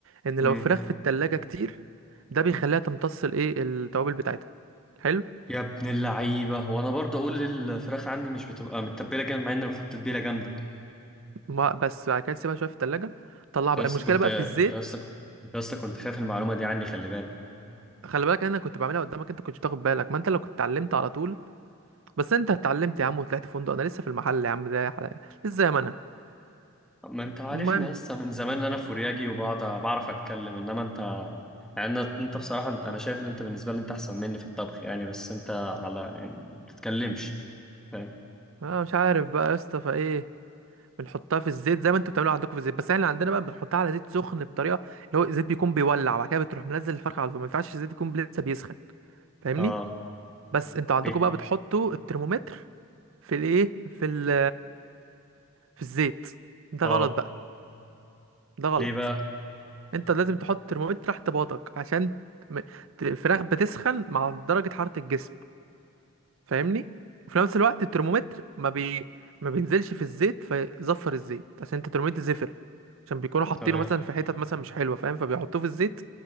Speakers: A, on the right (about 65°); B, in the centre.
A: ان
B: امم
A: لو الفراخ في التلاجة كتير ده بيخليها تمتص الايه التوابل بتاعتها حلو
B: يا ابن اللعيبة وانا برضه اقول الفراخ عندي مش بتبقى متبلة جامد مع اني بحط تتبيلة جامدة
A: ما بس بعد كده تسيبها شويه في التلاجة طلعها
B: انت
A: بقى
B: لسه
A: المشكله
B: كنت
A: بقى
B: انت
A: في الزيت
B: لسه انت لسه كنت خايف المعلومة دي عني خلي بالك
A: خلي بالك انا كنت بعملها قدامك انت كنتش بتاخد بالك ما انت لو كنت اتعلمت على طول بس انت اتعلمت يا عم وطلعت فندق انا لسه في المحل يا عم زي حلقة. لسه زي ما انا
B: ما انت عارفني
A: المهم
B: لسه من زمان ان انا فورياجي وبقعد بعرف اتكلم انما انت يعني أنا- انت بصراحة انت انا شايف ان انت بالنسبة لي انت احسن مني في الطبخ يعني بس انت على يعني ما بتتكلمش فاهم
A: اه مش عارف بقى يا اسطى فايه بنحطها في الزيت زي ما انتوا بتعملوها عندكم في الزيت بس احنا عندنا بقى بنحطها على زيت سخن بطريقه اللي هو الزيت بيكون بيولع وبعد كده بتروح منزل الفرخه على طول ما ينفعش الزيت يكون لسه بيسخن فاهمني
B: اه
A: بس انتوا عندكم
B: بيت
A: بقى بتحطوا الترمومتر في الايه في ال في الزيت ده
B: اه
A: غلط بقى ده غلط
B: ليه بقى
A: انت لازم تحط ترمومتر تحت باطك عشان م- ت- الفراخ بتسخن مع درجة حرارة الجسم فاهمني وفي نفس الوقت الترمومتر ما بي ما بينزلش في الزيت فيزفر الزيت عشان انت الترمومتر زفر عشان بيكونوا حاطينه
B: تمام
A: مثلا في حتت مثلا مش حلوه فاهم فبيحطوه في الزيت